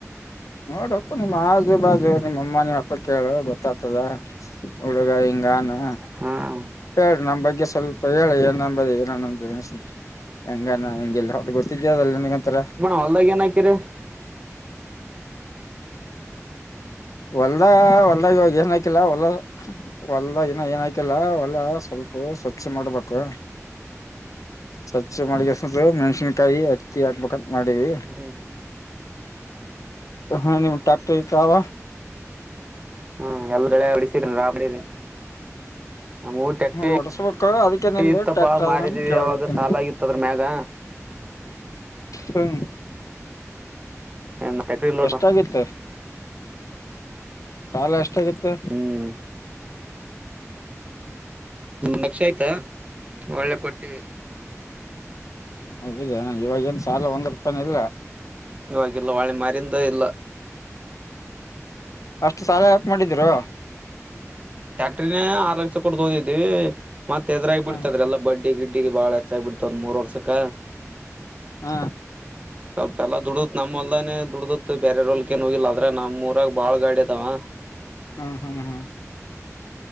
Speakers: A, on the left; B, on the right.
A: ನೋಡು ನಿಮ್ ಆಜು ಬಾಜು
B: ಹ್ಮ್
A: ನಿಮ್ಮ ಅಮ್ಮ ನಿ ಅಪ್ಪ ಕೇಳ ಗೊತ್ತಾತದ ಹುಡುಗ ಹಿಂಗಾನ
B: ಹ್ಮ್
A: ಹೇಳು ನಮ ಬಗ್ಗೆ ಸ್ವಲ್ಪ ಹೇಳಿ ಏನ್ಂಬದು ಏನನ್ಷ ಹೆಂಗಾನ ಹೆಗೆಲ್ಲ ಹೊ ಗೊತ್ತಿದ್ಯ ಅಲ್ಲ ನಿಂಗಂತರ
B: ಹೊಲ್ದಾಗನಕಿ ರ
A: ಒಲ್ದ ಒದ ಇವಾಗ ಏ ಹಾಕಿಲ್ಲ ಹೊಲ್ಲ ಹೊಲ್ದ ನ ಏನ ಹಾಕಿಲ್ಲ ಒಲ್ಲ ಸ್ವಲ್ಪ ಸ್ವಚ್ಛ ಮಾಡ್ಬೇಕು
B: <inaudible>
A: ಸ್ವಚ್ಚೆ ಮಾಡಳಿಗೆಸ್ದ ಮೆಣ್ಸಿನ್ಕಾಯಿ ಹತ್ತಿ ಹಾಕ್ಬೇಕ ಮಾಡೀವಿ
B: ಹ್ಮ್
A: ಹಾ ನಿಮ್ ಟ್ಯಾಟ್ರಿ ತಾವ
B: ಹ್ಮ್ ಎಲ್ಗಡೆ ಅಡಿಸೀರಿನ್ ರಾಬಡಿರಿ ನಮ್ಮ ಟ್ಯಕ್ಟಿ
A: ಹೊಡಸ್ಬೇಕು ಅದಕ್ಕೆ ನಿಮ್ದು
B: ಇತ್ತಪ್ಪ
A: ಟ್ಯಾಕ್ಟರ್ ಅದ
B: ಮಾರಿದೀವಿ
A: ನನ್ ಕೇಳಕತ್ತೇನಿ
B: ಅವಾಗ ಸಾಲ ಆಗಿತ್ತ ಅದ್ರ ಮ್ಯಾಗ
A: ಹ್ಮ
B: ಟ್ಯಾಕ್ಟ್ರಿ ಇಲ್ನೋಡಪಾ
A: ಎಷ್ಟಾಗಿತ್ತು ಸಾಲ ಎಷ್ಟಾಗಿತ್ತ.
B: ಹ್ಮ್ ಲಕ್ಷ ಆಯ್ತ ಹೊಳ್ಳೆ ಕೊಟ್ಟೀವಿ.
A: <inaudible> ಇವಾಗೇನ್ ಸಾಲ ಒಂದ್ ರೂಪಾಯಿನ ಇಲ್ಲ.
B: ಇವವಾಗಿಲ್ಲ ವಳ್ಳ್ ಮಾರಿಂದ ಇಲ್ಲ
A: ಅಷ್ಟ್ ಸಾಲ ಯಾಕ ಮಾಡಿದ್ರೊ
B: ಟ್ಯಾಕ್ಟ್ರಿನ ಆರ್ ಲಕ್ಷ ಕೊಟ್ ತೋಂದಿದ್ವಿ, ಮತ್ ಎದ್ರಾಗ ಬಿಡ್ತದ್ರ
A: ಹ್ಮ್
B: ಎಲ್ಲ ಬಡ್ಡಿ ಗಿಡ್ಡಿಗೆ ಬಾಳ ಗಿ ಬಿಡ್ತ ಒಂದ್ ಮೂರ್ ವರ್ಷಕ್ಕ.
A: ಹ
B: ಸ್ವಲ್ಪ ಎಲ್ಲಾ ದುಡತ್ ನಮ್ಮ ಅಲ್ದಾನೇ ದುಡ್ದತ್ ಬೇರೆರೊಲ್ಕೇನ್ ಹೋಗಿಲ್ಲ ಆದ್ರ ನಮ್ಮೂರಾಗ ಬಾಳಗಾಡಿ ಅದವಾ.
A: ಹ್ಮ್ ಹ್ಮ್ ಹ್ಮ್